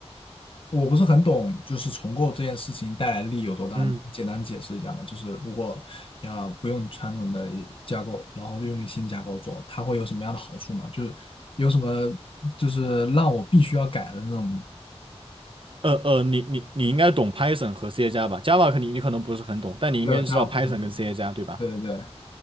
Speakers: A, on the left; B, on the right.
A: 我不是很懂，就是重构这件事情带来利有多大，
B: 嗯，
A: 你简单解释一下嘛？就是如果要不用传统的架构，然后用一个新架构做，它会有什么样的好处嘛？就是有什么就是让我必须要改的那种
B: 呃呃，你你你应该懂 Python 和 C 加加吧？Java 可你你可能不是很懂，但你应该知道
A: 对有架构？
B: Python 跟 C 加加对吧？
A: 对对对，